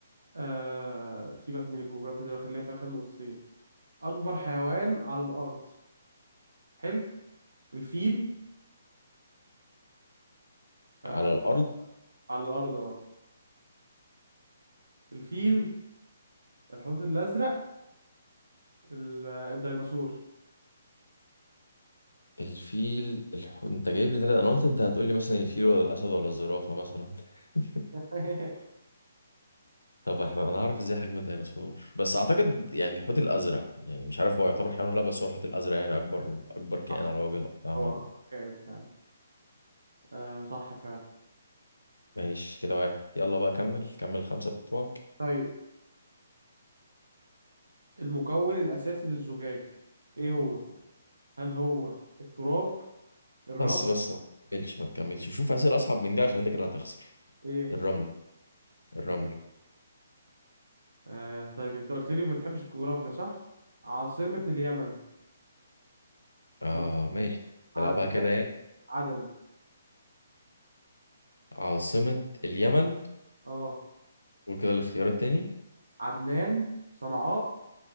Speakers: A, on the right (about 75°); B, on the left (about 85°).
A: آه... سيبك من الجغرافيا دول خليها في اخر نقطتين اكبر حيوان على الارض حلو الفيل آه...
B: على الارض
A: على الارض اه الفيل الحوت الازرق ال- الديناصور
B: الفيل الح... انت جايب لي ثلاثة انا قلت انت هتقول لي مثلا الفيل ولا الاسد ولا الزرافه مثلا <laughs>
A: <laughs>
B: طب احنا انا هعرف ازاي حجم الديناصور بس اعتقد يعني الحوت الازرق يعني مش عارف هو يعتبر حيوان ولا لا بس هو الحوت الازرق يعني اكبر اكبر كائن
A: صح
B: على وجه الارض عامه
A: هو كائن فعلا آه... صح فعلا
B: ماشي كده واحد يلا بقى كمل كمل خمسه بتوعك
A: طيب المكون الأساسي للزجاج إيه هو؟ هل هو التراب الرمل
B: بس بس ما تكملش ما تكملش شوف اسئله اصعب من دي عشان انت كده هتخسر
A: إيه؟
B: الرمله الرمله
A: طب، آه طيب أنت قلت لي ما بتحبش الجغرافيا صح؟ عاصمة اليمن
B: اه
A: صنع
B: ماشي
A: عدن
B: نلعبها كده يعني
A: عدن
B: عاصمه اليمن
A: أه
B: قول كده الاختيار التاني
A: عدنان صنعاء